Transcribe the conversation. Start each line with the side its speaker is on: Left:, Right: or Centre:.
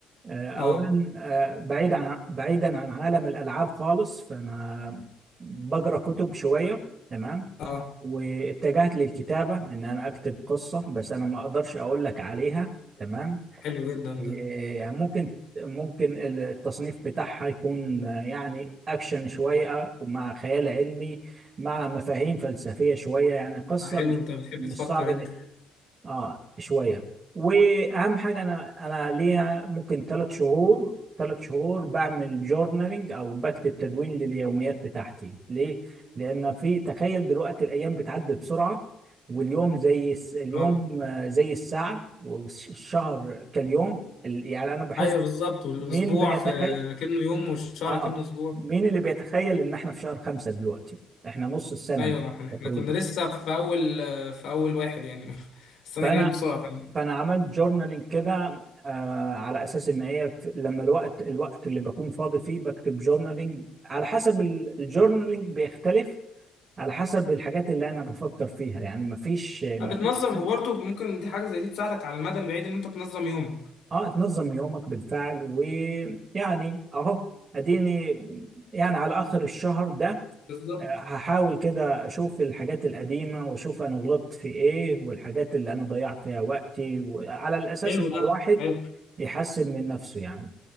Right: آه، اولا
Left: اه
Right: آه، بعيد عن بعيدا عن عالم الالعاب خالص فانا بقرا كتب شويه تمام
Left: اه
Right: واتجهت للكتابه ان انا اكتب قصه بس انا ما اقدرش اقول لك عليها تمام
Left: حلو جدا
Right: إيه،
Left: ده
Right: ممكن ممكن التصنيف بتاعها يكون آه، يعني اكشن شويه مع خيال علمي مع مفاهيم فلسفيه شويه يعني قصه
Left: آه، حلو
Right: مش
Left: انت بتحب
Right: مش
Left: تفكر
Right: صعب انك
Left: انت
Right: اه شويه واهم حاجه انا انا ليا ممكن ثلاث شهور ثلاث شهور بعمل جورنالينج او بكتب تدوين لليوميات بتاعتي ليه لان في تخيل دلوقتي الايام بتعدي بسرعه واليوم زي الس- اليوم
Left: اه
Right: آه، زي الساعه والشهر كاليوم ال- يعني انا بحس
Left: ايوه بالظبط والاسبوع
Right: مين بيتخيل
Left: في كأنه يوم والشهر
Right: اه
Left: كأنه اسبوع
Right: مين اللي بيتخيل ان احنا في شهر خمسة دلوقتي احنا نص السنه
Left: ايوه احنا إحنا
Right: تقريبا
Left: كنا لسه في اول في اول واحد يعني <laughs> بس انا
Right: فانا
Left: جريت بسرعه فعلا
Right: فانا عملت جورنالينج كده آه على اساس ان هي ف- لما الوقت الوقت اللي بكون فاضي فيه بكتب جورنالينج على حسب ال- الجورنالينج بيختلف على حسب الحاجات اللي انا بفكر فيها يعني مفيش مفيش
Left: أه، بتنظم
Right: حاجة-
Left: وبرضه ممكن دي حاجه زي دي تساعدك على المدى البعيد ان انت تنظم يومك
Right: اه تنظم يومك بالفعل ويعني اهو اديني يعني على اخر الشهر ده
Left: بالظبط
Right: آه، هحاول كده اشوف الحاجات القديمة واشوف انا غلطت في ايه والحاجات اللي انا ضيعت فيها وقتي وعلى الاساس
Left: حلو
Right: ان
Left: ده
Right: الواحد
Left: حلو
Right: يحسن من نفسه يعني